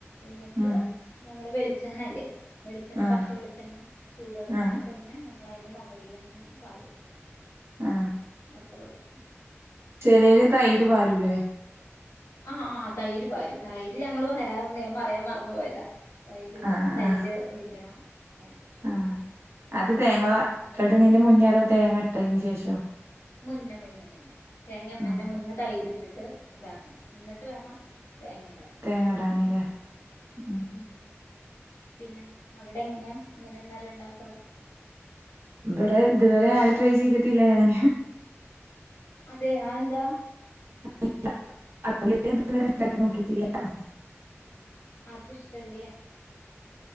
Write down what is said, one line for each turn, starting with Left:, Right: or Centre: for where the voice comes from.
Left: എന്നിട്ട്
Right: ഉം
Left: നമ്മള് വെളിച്ചെണ്ണല്ലേ വെളിച്ചെണ്ണ
Right: ആഹ്
Left: പച്ച വെളിച്ചെണ്ണ ചൂടോട്ക്കനെ
Right: ആഹ്
Left: തന്നെ. പിന്നെ നമ്മളയ്ന്റെ മൊകൾ ലങ്ങനെ പാരുക
Right: ആഹ്
Left: അത്രേള്ളൂ.
Right: ചെലെര് തൈര് പാരൂലെ?
Left: ആഹ് ആഹ് തൈര് പാരും തൈര് ഞങ്ങൾ പാരാർണ്ട് ഞാൻ പറയാൻ മറന്ന് പോയതാ. അയിലും
Right: ആഹ്
Left: പ തൈര്
Right: ആഹ്
Left: ഒഴിക്കണം. അതിന് ശേഷം
Right: ആഹ് അത്
Left: തൈരിന്റെ
Right: തേങ്ങ
Left: കാര്യം
Right: വ
Left: വിട്ടുപോയി
Right: ഇട്ണെന്റെ മുന്നേ അതോ തേങ്ങ ഇട്ടതിന് ശേഷോ?
Left: മുന്ന മുന്ന മുന്ന തേങ്ങ ഇട്ണെന്റെ
Right: ഉം
Left: മുന്നേ തൈര്ട്ട്ട്ട് ഇതാക്കണം. എന്നിട്ട് വേണം തേങ്ങ ഇടാൻ.
Right: തേങ്ങടാന് ല്ലെ ഉം.
Left: ഉം പിന്നെ അവടെങ്ങനെയാ ഇങ്ങനനെല്ല ഇണ്ടാക്കാർ.
Right: ഇബടെ ഇത് വരെ അയ് ട്രൈ ചെയ്തിട്ടില്ല ഞാൻ
Left: അതെ അയ്ന്താ.
Right: ഇല്ല അത് ഇതുവരെ ഉണ്ടാക്കി നോക്കിട്ടില്ല. ട്ടാ
Left: ആർക്കുംഷ്ടല്ലേ.